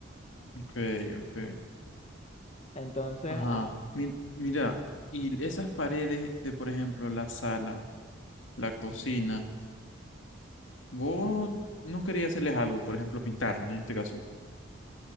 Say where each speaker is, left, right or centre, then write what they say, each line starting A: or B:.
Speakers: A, on the left; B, on the left.
A: ok, ok.
B: Entonces,
A: Ajá.
B: ajá.
A: Mi- mira, y esas paredes de, por ejemplo, la sala, la cocina,
B: Ujú,
A: vos
B: ujú.
A: no quería hacerles algo, por ejemplo, pintarlas en este caso.